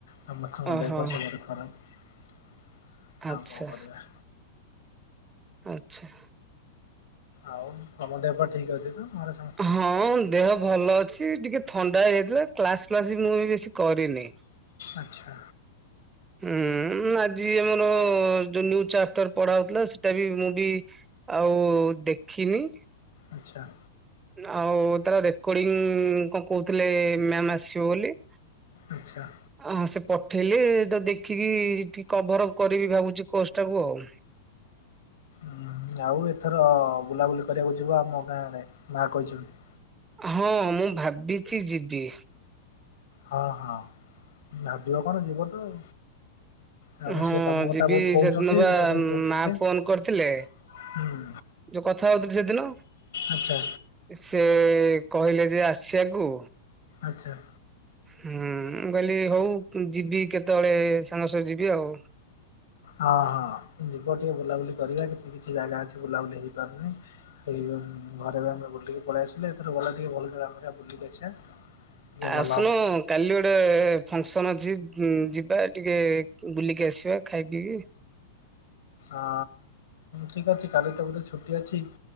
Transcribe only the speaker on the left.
ସମସ୍ତଙ୍କ
ଦେହ ସବୁଠ ଖରାପ ଆଉ
କଣ କରିବା।
ଆଉ ତମ ଦେହ ପା ଠିକ ଅଛି ତ ଘରେ ସମ
ଆଚ୍ଛା
ଆଚ୍ଛା।
ଆଚ୍ଛା।
ହୁଁୁ ଆଉ ଏଥର ବୁଲାବୁଲି କରିବାକୁ ଯିବ ଆମ ଗାଁ ଆଡେ ମା କହିଛନ୍ତି।
ହଁ ହଁ ଭାବିବ କଣ ଯିବ ତ ଆଉ। ତପରେ
ସିଏ ତମ କଥା
ବହୁତ କହୁଛନ୍ତି
ଯିବାପାଇଁ କହୁଛନ୍ତି।
ହୁଁ।
ଆଚ୍ଛା
ଆଚ୍ଛା।
ହଁ ହଁ ଯିବ ଟିକେ ବୁଲାବୁଲି କରିବା କିଛି କିଛି ଜାଗା ଅଛି ବୁଲାବୁଲି ହେଇ ପାରୁନାହିଁ। ସେଇ ଘରେ ଏବେ ବୁଲିକି ପଳେଇ ଆସିଲେ ଏଥର ଗଲା ଟିକେ ଭଲାଗମ ବୁଲିିକି ଆସିବା। ଟିକେ
ଭଲ ହବ
ଆ ଠିକ ଅଛି କାଲି ତ ବୋଧେ ଛୁଟି ଅଛି।